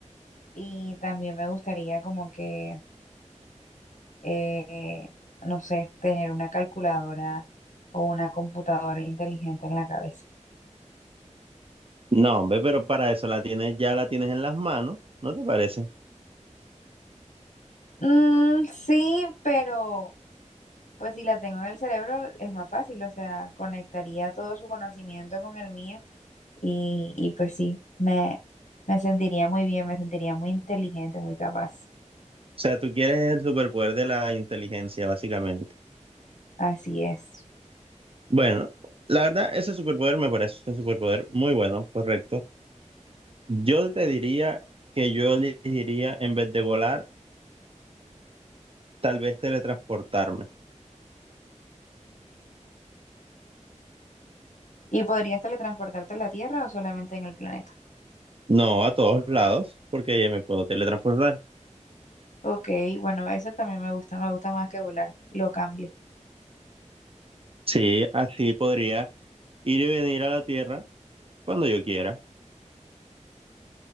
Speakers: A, on the left; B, on the right.
A: y también me gustaría como que, eh, no sé, tener una calculadora o una computadora inteligente en la cabeza.
B: No, hombre, pero para eso la tienes, ya la tienes en las manos, ¿no te parece? O
A: Mm, sí, pero pues si la tengo en el cerebro es más fácil, o sea, conectaría todo su conocimiento con el mío Y, y pues sí, me, me sentiría muy bien, me sentiría muy inteligente, muy capaz.
B: sea, tú quieres el superpoder de la inteligencia, básicamente.
A: Así es.
B: Bueno, la verdad, ese superpoder me parece un superpoder muy bueno, correcto. Yo te diría que yo elegiría, en vez de volar, tal vez teletransportarme.
A: ¿Y podrías teletransportarte a la Tierra o solamente en el planeta?
B: No a todos lados, porque ya me puedo teletransportar.
A: Ok, bueno, eso también me gusta, me gusta más que volar, lo cambio.
B: Sí, así podría ir y venir a la Tierra cuando yo quiera.